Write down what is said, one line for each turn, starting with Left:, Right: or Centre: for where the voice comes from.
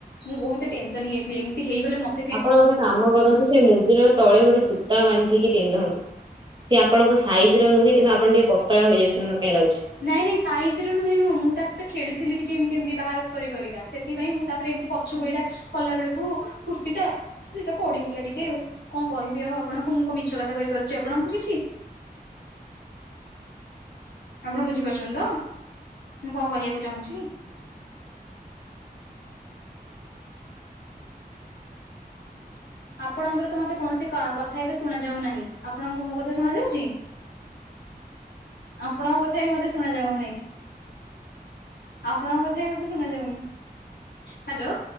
Left: ମୁଁ ବୋହୁତ ଟେ ନସନ୍ ହେଇଯାଇଥିଲି ଏମିତି ହେଇଗଲେ ମ
Right: ଆପଣ ଗୋଟେ କାମ କରନ୍ତୁ। ସେ ମୁଦିରର ତଳେ ଗୋଟେ ସୂତା ବାନ୍ଧିକି ପିନ୍ଧନ୍ତୁ। ସେ ଆପଣଙ୍କ ସାଇଜିର ନୁହେଁ କିମ୍ବା ଆପଣ ଟିକେ ପତଳା ହୋଇଯାଉଚନ୍ତି ମତେ କାଇଁ ଲାଗୁଚି।
Left: ନାଇଁ ନାଇଁ ସାଇଜିର ନୁହେଁ ନୁହୁଁ ତା ସହିତ ଖେୁଳୁଥିଲି ଟିକେ ଏମତି ଏମିତି ବାହାର କରି କରିକା ସେଥିପାଇ ମୁଁ ତାପରେ ଏମତି ପ ଛକୁ ଏଇଟା କଲା ବେଳକୁ କୁର୍ତ୍ତିୀଟା ସେଇଟା ପଡିଗଲା ଟିକେ ଆଉ କଣ କହିବି ଆଉ ଆପଣଙ୍କୁ। ମୁଁ କଣ ମିଛ କଥା କହିପାରୁଚି ଆପଣଙ୍କୁ କିଛି। ଆପଣ ବୁଝିପାରୁଚନ୍ତି ତ। ମୁଁ କଣ କହିବାକୁ ଚାହୁଁଚି। ଆପଣଙ୍କର ତ ମତେ କୌଣସି କ କଥା ଏବେ ଶୁଣା ଯାଉ ନାହିଁ। ଆପଣଙ୍କୁ ମୋ କଥା ଶୁଣା ଯାଉଚି? ଆପଣଙ୍କ କଥା ବି ମତେ ଶୁଣା ଯାଉନାହିଁ। ଆପଣଙ୍କ କଥା ବି ମତେ ଶୁଣା ଯାଉନି। ହ୍ୟାଲୋ।